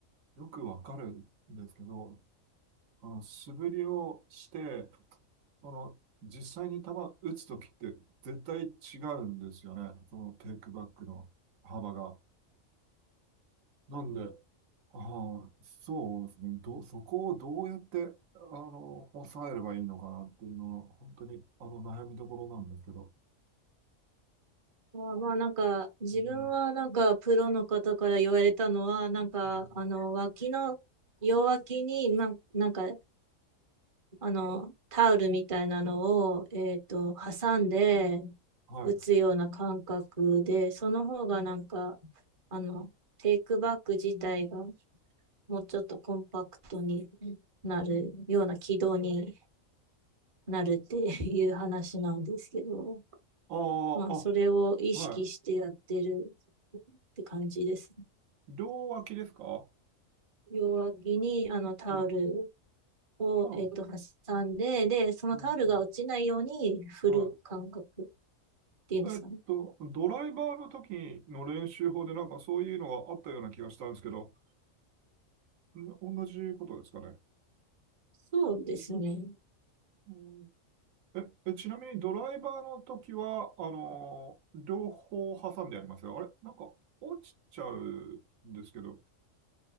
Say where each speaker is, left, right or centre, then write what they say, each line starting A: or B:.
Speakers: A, on the right (about 80°); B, on the right (about 30°).
A: よくわかるんですけど、あの、素振りをして、あの、実際に球打つときって絶対違うんですよね。そのテイクバックの幅が。なんで、ああ、そうですね。ど、そこをどうやって、あの、抑えればいいのかなっていうのが、本当に、あの、悩みどころなんですけど。
B: まあ、まあなんか、自分はなんか、
A: うん。
B: プロの方から言われたのは、なんか、
A: うん
B: あの、脇の、両脇に、まあ、なんか、あの、タオルみたいなのを、えっと、挟んで
A: はい。
B: 打つような感覚で、
A: あ
B: その方がなんか、あの、テイクバック自体がもうちょっとコンパクトになるような軌道になるっていう話なんですけど、
A: あ、ああ、
B: まあ、それを意識してやってるって感じですね。
A: あ、はい。両脇ですかは
B: 両脇にあのタオル
A: い。は
B: を、
A: あ、
B: えっと、挟んで、で、そのタオルが落ちないように振る感覚っ
A: うんうんはい。
B: ていうんですかね。
A: えっと、ドライバーの時の練習法でなんかそういうのがあったような気がしたんですけど、ん同じことですかね。
B: そうですね。
A: うんえ、えちなみにドライバーの時は、あのー両方挟んでやりますよ。あれなんか落ちちゃうんですけど、